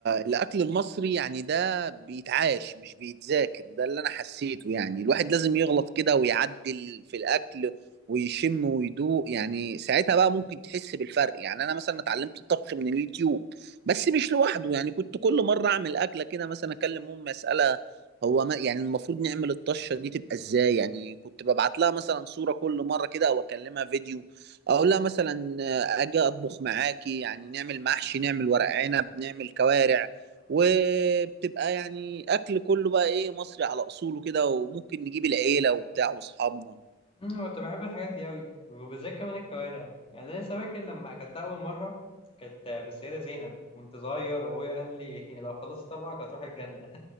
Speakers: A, on the right; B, on the left.
A: الأكل المصري يعني ده بيتعاش مش بيتذاكر ده اللي أنا حسيته يعني الواحد لازم يغلط كده ويعدل في الأكل ويشم ويدوق يعني ساعتها بقى ممكن تحس بالفرق يعني أنا مثلا اتعلمت الطبخ من اليوتيوب بس مش لوحده يعني كنت كل مرة أعمل أكلة كده مثلا أكلم أمي أسألها هو ما يعني المفروض نعمل الطشة دي تبقى إزاي يعني كنت ببعت لها مثلا صورة كل مرة كده أو أكلمها فيديو اقول لها مثلا آه، اجي اطبخ معاكي يعني نعمل محشي نعمل ورق عنب نعمل كوارع وبتبقى يعني اكل كله بقى ايه مصري على اصوله كده وممكن نجيب العيله وبتاع واصحابنا
B: امم كنت بحب الحاجات دي قوي وبالذات كمان الكوارع يعني انا لسه فاكر لما اكلتها اول مره كانت في السيده زينب وانت صغير وابويا قال لي <laughs> لو خلصت طبعك هتروح الجنه